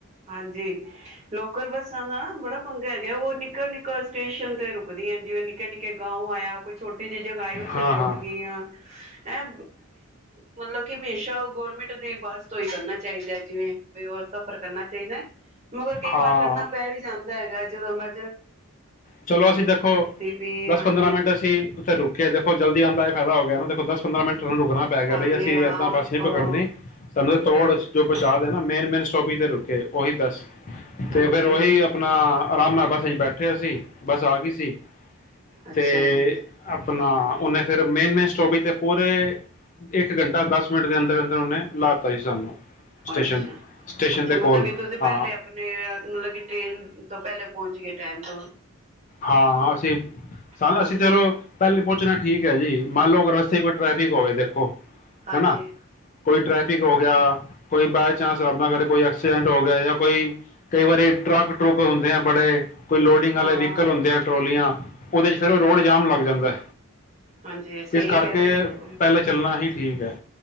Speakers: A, on the right (about 30°); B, on the left (about 35°).
A: ਹਾਂਜੀ ਲੋਕਲ ਬੱਸਾਂ ਦਾ ੜਾ ਪੰਗਾ ਹੈਗਾ ਉਹ ਨਿੱਕਾ ਨਿੱਕਾ ਸਟੇਸ਼ਨ ਤੇ ਰੁਕ ਰੁਕਦੀਆਂ ਜਿਵੇ ਨਿੱਕੇ ਨਿੱਕੇ ਗਾਉਆਇਆ ਕੋਈ ਛੋਟੀ ਜਿਹੀ ਜਗਾ ਆਈ ਉੱਥੇ
B: ਹਾਂ
A: ਵੀ ਰੁਕ
B: ਹਾਂ
A: ਗਈਆਂ ਐਂ ਮਤਲਬ ਕਿ ਹਮੇਸ਼ਾ ਗੌਰਮੈਂਟ ਦੇ ਬਸ ਤੋਂ ਹੀ ਕਰਨਾ ਚਾਹੀਦਾ ਜਿਵੇਂ ਵੀ ਸਫ਼ਰ ਕਰਨਾ ਚਾਹੀਦਾ ਮਗਰ ਕਈ
B: ਹਾਂ
A: ਵਾਰ ਕਰਨਾ ਪੈ ਵੀ ਜਾਂਦਾ ਹੈਗਾ ਜਦੋਂ ਮੈਂ
B: ਚਲੋ ਅਸੀਂ ਦੇਖੋ
A: ਵੀ ਹਾਂਜੀ
B: ਦਸ ਪੰਦਰਾਂ ਮਿੰਟ ਅਸੀਂ ਉੱਥੇ ਰੁਕੇ ਦੇਖੋ ਜਲਦੀ ਆਉਂਦਾ ਇਹ ਫਾਇਦਾ ਹੋ ਗਿਆ ਇਹਨੂੰ ਕੋ ਦਸ ਪੰਦਰਾਂ ਮਿੰਟ ਨੂੰ ਰੁਕਣਾ ਪੈ ਗਿਆ
A: ਹਾਂਜੀ
B: ਬਈ ਅਸੀਂ
A: ਹਾਂ
B: ਏਦਾਂ
A: ਉਹ
B: ਬੱਸ ਨੀ
A: ਉਹ
B: ਪਕੜਨੀ ਸਾਨੂੰ
A: ਹਾਂਜੀ
B: ਤੋੜ
A: ਹਾਂਜੀ
B: ਜੋ ਪਹੁੰਚਾ ਦੇ ਨਾ ਮੇਨ ਮੇਨ ਸਟੋਪ ਤੇ ਰੁਕੇ ਉਹੀ ਦੱਸ
A: ਹਾਂਜੀ
B: ਤੇ ਫੇਿਰ ਉਹੀ ਆਪਣਾ ਆਰਾਮ ਹੈ ਬਸ ਜ ਬੈਠ ਉੱਠਿਆ ਸੀ ਬਸ ਆ ਗਈ ਸੀ
A: ਅੱਛਾ
B: ਤੇ
A: ਜੀ
B: ਆਪਣਾ ਉਹਨੇ ਫਿਰ ਮੇਨ ਮੇਨ ਸਟੋਪੀ ਤੇ ਪੂਰੇ ਇੱਕ ਘੰਟਾ ਦਸ ਮਿੰਟ ਦੇ ਅੰਦਰ ਅੰਦਰ ਉਹਨੇ ਲਾ ਦਿੱਤਾ ਸੀ ਸਾਨੂੰ ਸਟੇਸ਼ਨ
A: ਅੱਛਾ
B: ਸਟੇਸ਼ਨ
A: ਅੱਛਾ
B: ਦੇ
A: ਮਤਲਬ
B: ਕੋਲ
A: ਕਿ ਤੁਸੀਂ
B: ਹਾਂ
A: ਪਹਿਲੇ ਆਪਣੇ ਮਤਲਬ ਕਿ ਟ੍ਰੇਨ ਤੋਂ ਪਹਿਲੇ ਪਹੁੰਚ ਗਏ ਟਾਈਮ ਤੋਂ
B: ਹਾਂ ਅਸੀਂ ਸ
A: ਹਾਂ
B: ਅਸੀਂ ਚਲੋ ਪਹਿਲੇ ਪੁੱਹੁਚਣਾ ਠੀਕ ਹੈ ਜੀ ਮੰਨ ਲਓ ਰਸਤੇ ਕੋਈ ਟਰੈਫਿਕ ਹੋਵੇ ੋ <inaudible>
A: ਹਾਂਜੀ
B: ਹੈਾ ਕੋਈ ਟ੍ਰੈਫਿਕ ਹੋ ਗਿਆ ਕੋਈ ਬਾਏ ਚਾਂਸ ਰੱਬ ਨਾ ਕਰੇ ਕੋਈ ਐਕਸੀਡੈਂਟ ਹੋ ਗਿਆ ਜਾਂ ਕੋਈ ਕਈ ਵਾਰੀ ਟਰੱਕ ਟਰੁਕ ਹੁੰਦੇ ਆ ਬੜੇ ਕੋਈ ਲੋਡਿੰਗ ਵਾਲੇ
A: ਹਾਂ
B: ਨਲ ਹੁੰਦੇ ਆ ਟਰੋਲੀਆਂ ਉਹਦੇ ਚ ਫਿਰ ਉਹ ਰੋਡ ਜਾਮ ਲੱਗ ਜਾਂਦਾ।
A: ਹਾਂਜੀ ਸਹੀ
B: ਇਸ ਕਰਕੇ
A: ਕਿਹਾ ਸੀ ਬਿਲਕੁਲ
B: ਪਹਿਲ ਚੱਲਣਾ ਹੀ ਠੀਕ ਹੈ,